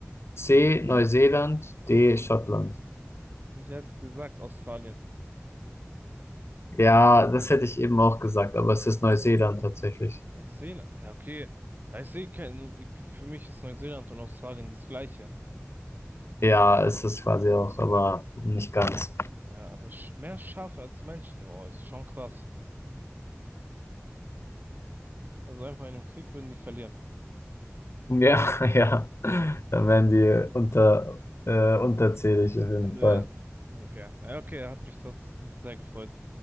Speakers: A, on the left; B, on the right.
A: C, Neuseeland, D, Schottland.
B: Ich hätte gesagt Australien.
A: Ja, das hätte ich eben auch gesagt, aber es ist Neuseeland tatsächlich.
B: Neuseeland. Ja, okay. Da ist eh kein, nun, für mich ist Neuseeland und Australien das Gleiche.
A: Ja, es ist quasi auch, aber nicht ganz.
B: Ja, aber sch- mehr Schafe als Menschen, oh, ist schon krass. Also einfach in einem Krieg würden die verlieren.
A: Ja, <laughs> ja. Dann werden die unter, äh, unterzählig auf jeden
B: Ja,
A: Fall.
B: okay. Ja, okay, hat mich trotzdem sehr gefreut.